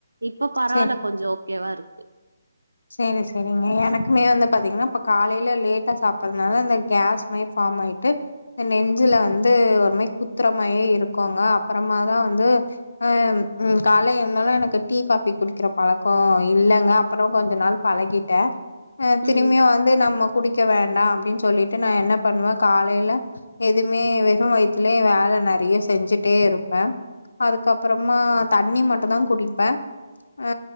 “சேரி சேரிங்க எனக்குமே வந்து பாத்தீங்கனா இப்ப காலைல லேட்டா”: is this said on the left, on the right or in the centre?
Left